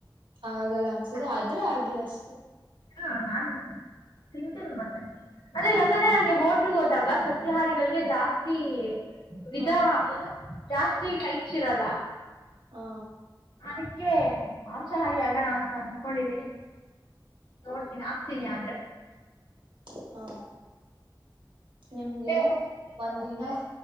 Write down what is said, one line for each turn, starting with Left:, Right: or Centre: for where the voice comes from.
Right: ಆಗಲ್ಲ ಅನ್ಸದೆ ಆದ್ರೆ ಹಾಗೆ ಇಲ್ಲ ಅಷ್ಟೇ
Left: ಹಾ ನಾನ್ ತಿಂತೀನಿ ಮತ್ತೆ ಅದ್ರ ಯಾಕಂದ್ರೆ ಹಂಗೆ ಹೋಟ್ಲ್ಗೆ ಹೋದಾಗ ಸತ್ಯಹಾರಿಗಳಿಗೆ ಜಾಸ್ತಿ ವಿಧ
Right: ಹ
Left: ಏನ ಜಾಸ್ತಿ ಸೀಟ ಹೈಟ್ಸ್ ಇರಲ್ಲ.
Right: ಹಾ
Left: ಅದಕ್ಕೆ ಮಾಂಸಾಹಾರಿ ಆಗಣ ಅಂತ ಅನ್ಕೊಂಡಿದ್ದೀನಿ ನೋಡ್ತೀನಿ ತಿನ್ನಿ ಆದ್ರೆ
Right: <unintelligible> ಹಾ.. ನಿಮ್ಗೆ
Left: ಮತ್ತೆ ತಿನ್ನಲ್ಲ
Right: ಒಂದಿನ